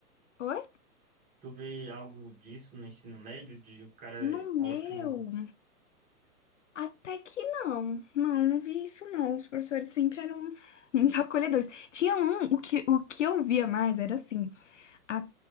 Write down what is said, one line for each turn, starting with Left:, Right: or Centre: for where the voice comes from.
Left: Oi?
Right: Tu vê algo disso no ensino médio, de o cara
Left: No
Right: é
Left: meu,
Right: ótimo,
Left: até que não. Não, não vi isso não. Os professores sempre eram muito acolhedores. Tinha um, o que, o que eu via mais era assim. a-